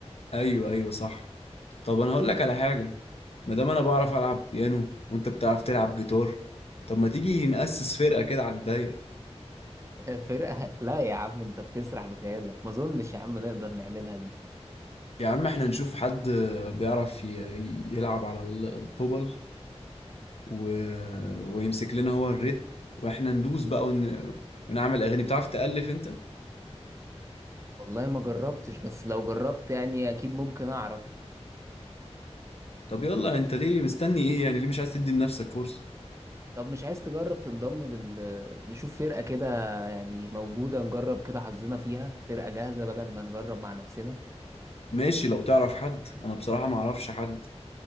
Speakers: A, on the left (about 60°); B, on the right (about 25°).
A: أيوه أيوه صح طب أنا هقول لك على حاجة ما دام أنا بعرف ألعب بيانو وأنت بتعرف تلعب جيتار طب ما تيجي نأسس فرقة كده على الضيق
B: <laughs> فرقه لا يا عم انت بتسرح بخيالك ما اظنش يا عم نقدر نعملها دي
A: يا عم إحنا نشوف حد بيعرف ي- يلعب على الطبل و... ويمسك لنا هو الريتم وإحنا ندوس بقى ون... ونعمل أغاني بتعرف تألف أنت؟
B: والله ما جربتش بس لو جربت يعني اكيد ممكن اعرف
A: طب يلا أنت ليه مستني إيه يعني ليه مش عايز تدي لنفسك فرصة؟
B: طب مش عايز تجرب تنضم لل نشوف فرقة كده يعني موجودة نجرب كده حظنا فيها فرقة جاهزة بدل ما نجرب مع نفسنا
A: ماشي لو تعرف حد انا بصراحة ما اعرفش حد